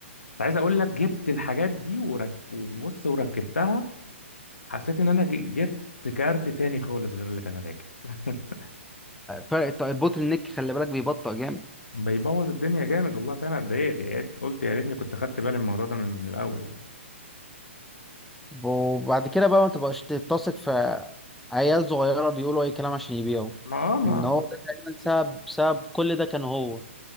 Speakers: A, on the left; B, in the centre.
A: كنت عايز اقول لك جبت الحاجات دي ورك... وبص وركبتها حسيت ان انا ج- جبت كارت تاني خالص غير اللي كان راكب <laughs>
B: فرق الت- البوتل نيك خلي بالك بيبطئ جامد
A: بيبوظ الدنيا جامد والله فعلا اتضايقت يا ريت- قلت يا ريتني كنت خدت بالي من الموضوع ده من من الاول يعني
B: وبعد كده بقى ما تبقاش تتسق في عيال صغيره بيقولوا اي كلام عشان يبيعوا
A: ما اه ما
B: لان هو ده تقريبا سبب سبب كل ده كان هو